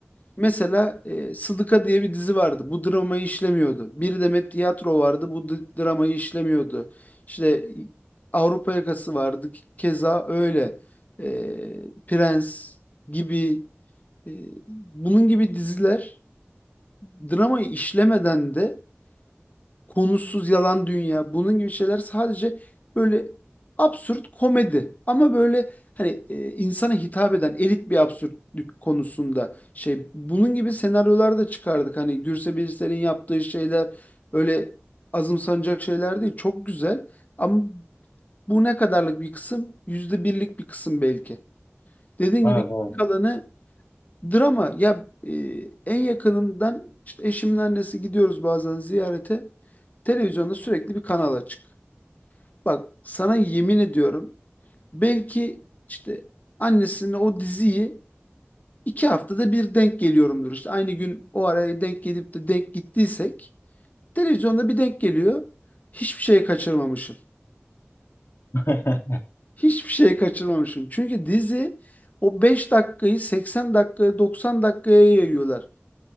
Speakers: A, on the left; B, on the left.
A: Mesela e, Sıdıka diye bir dizi vardı. Bu dramayı işlemiyordu. Bir Demet Tiyatro vardı. Bu d- dramayı işlemiyordu. İşte Avrupa Yakası vardı. Keza öyle. E, Prens gibi e, bunun gibi diziler dramayı işlemeden de Konusuz yalan dünya bunun gibi şeyler sadece böyle absürt komedi ama böyle hani e, insana hitap eden elit bir absürtlük konusunda şey bunun gibi senaryolar da çıkardık hani Gürse Birsel'in yaptığı şeyler öyle azımsanacak şeyler değil çok güzel ama bu ne kadarlık bir kısım yüzde birlik bir kısım belki dediğin
B: Evet
A: gibi
B: evet.
A: geri kalanı Drama ya e, en yakınımdan işte eşimin annesi gidiyoruz bazen ziyarete. Televizyonda sürekli bir kanal açık. Bak sana yemin ediyorum belki işte annesine o diziyi iki haftada bir denk geliyorumdur. İşte aynı gün o araya denk gelip de denk gittiysek televizyonda bir denk geliyor. Hiçbir şey kaçırmamışım.
B: <laughs>
A: Hiçbir şey kaçırmamışım. Çünkü dizi o 5 dakikayı 80 dakikaya 90 dakikaya yayıyorlar.